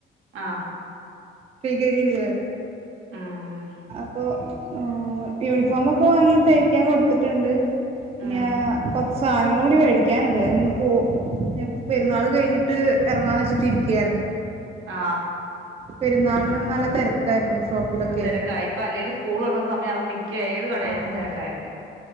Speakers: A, on the right; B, on the right.
A: ആഹ്
B: പ്രീ കെ ജി ല്ലേ
A: ഉം
B: ആപ്പൊ ഓ യുണിഫോം ഒക്കെ വാങ്ങി തയ്ക്കാൻ കൊടുത്തിട്ടുണ്ട് മ്യാ
A: ഉം
B: സാനങ്ങളൂടി മേടിക്കാനുണ്ട് ഇന്ന് പോ പെരുന്നാൾ കഴിഞ്ഞിട്ട് ഇറങ്ങാന്ന് വെച്ചിട്ട് ഇരിക്കയായിരുന്നു
A: ആ
B: പെരുന്നാളിന് നല്ല തിരക്കായിരുന്നു ഷോപ്പിലൊക്കെ
A: തിരക്കായി ഇപ്പ അല്ലേലും സ്കൂൾ തുറ സമയമാവ മേ ഏത് കടയിലും
B: ആഹ്
A: തിരക്കായിരിക്കും